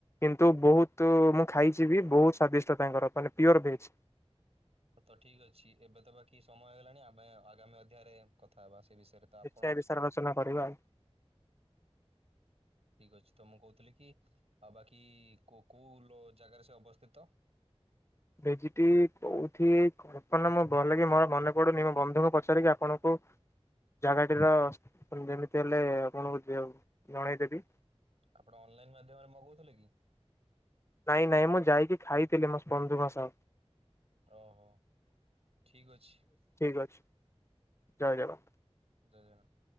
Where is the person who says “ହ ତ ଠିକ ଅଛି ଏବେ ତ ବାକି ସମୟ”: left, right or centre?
Right